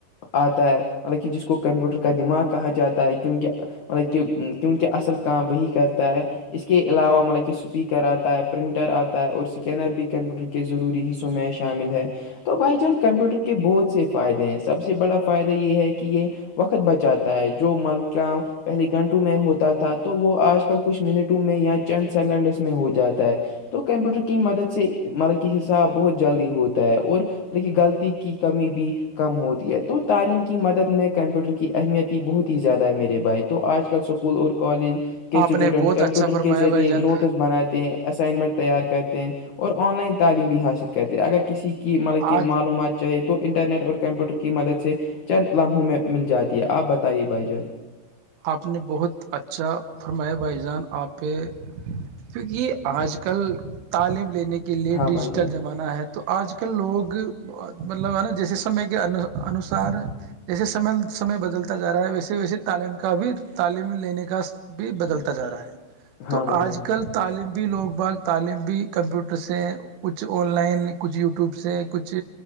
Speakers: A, on the left (about 50°); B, on the right (about 85°).
A: آتا ہے مطلب کہ جس کو کمپیوٹر کا دماغ کہا جاتا ہے کیونکہ مطلب کہ کیونکہ اصل کام وہی کرتا ہے اس کے علاوہ مطلب کہ سپیکر آتا ہے پرنٹر آتا ہے اور اسکینر بھی کمپیوٹر کے ضروری حصوں میں شامل ہے تو بائی چانس کمپیوٹر کے بہت سے فائدے ہیں سب سے بڑا فائدہ یہ ہے کہ یہ وقت بچاتا ہے جو مال کا پہلے گھنٹوں میں ہوتا تھا تو وہ آج کل کچھ منٹوں میں یا چند سیکنڈس میں ہو جاتا ہے تو کمپیوٹر کی مدد سے مطلب کہ حصہ بہت جلدی ہوتا ہے اور لیکن غلطی کی کمی بھی کم ہوتی ہے تو تعلیم کی مدد میں کمپیوٹر کی اہمیت ہی بہت ہی زیادہ ہے میرے بھائے تو آج ل اسکول اور کالج کے اسٹوڈنٹ
B: آپ نے بہت
A: کمپیوٹر
B: اچھا فرمایا
A: کے ذریعے
B: بھائی جان
A: نوٹس بناتے ہیں اسائنمنٹ تیار کرتے ہیں اور آن لائن تعلیم بھی حاصل کرتے ہیں اگر کسی کی مطلب کہ
B: آج
A: معلومات چاہ تو انٹرنیٹ اور کمپیوٹر کی مدد سے چند لمحوں میں مل جاتی ہے آپ بتائیے بھائی جان
B: آپ نے بہت اچھا فرما بھائی جان آپ پہ کیونکہ آج کل تعلیم لینے کے لیے
A: ہاں
B: ڈیجیٹل
A: بھائی جان
B: جمع مانا ہے تو آج کل لوگ مطلب ہے نا جیسے سمے کے انوسار جیسےممے بدلتا ج رہا ہے ویسے ویسے تعلیم کا بھی تعلیم لینے کا بھی بدلتا جا رہا ہے
A: ہاں
B: تو
A: بھائی
B: آج
A: جان
B: کل تو تعلیم بھی لوگ بھگ تعلیم بھی کمپیوٹر سے کچھ آن لائن کچھ یوٹیوب سے کچھ